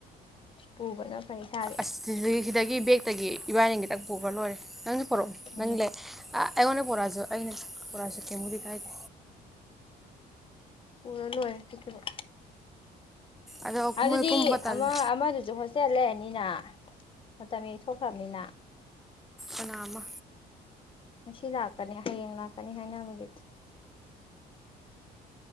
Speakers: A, on the left; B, in the centre.
A: ꯄꯨꯕꯅ ꯐꯩ ꯏꯁꯥꯒꯤ
B: ꯑꯁ ꯍꯗꯒꯤꯕꯦꯛ ꯇꯒꯤ ꯏꯕꯥꯏꯅꯤꯒꯤꯇꯛ ꯄꯨꯔ ꯂꯣꯏꯔꯦ ꯅꯪꯁꯨ ꯍꯔꯣ
A: ꯎꯝ
B: ꯅꯪꯂꯦ ꯑꯩꯉꯣꯟꯗ ꯄꯣꯔꯥꯁꯨ ꯑꯩꯅ ꯄꯣꯔꯥꯁꯨ ꯀꯦꯝꯃꯨꯗꯤ ꯀꯥꯏꯗꯦ
A: ꯎꯔ ꯂꯣꯏ ꯊꯔ
B: ꯑꯗꯣ
A: ꯑꯗꯨꯗꯤ
B: ꯃꯣꯏ ꯀꯨꯝꯕ ꯇꯜꯂꯦ
A: ꯑꯃ ꯑꯃꯗꯨꯁꯨ ꯍꯣꯁꯇꯦꯜ ꯂꯩꯔꯅꯤꯅ ꯃꯇꯝ ꯌꯊꯈ꯭ꯔꯕꯅꯤꯅ
B: ꯑꯅꯥꯃ
A: ꯃꯁꯤ ꯂꯥꯛꯀꯅꯤ ꯍꯌꯦꯡ ꯂꯥꯛꯀꯅꯤ ꯍꯥꯏꯅꯕꯒꯤ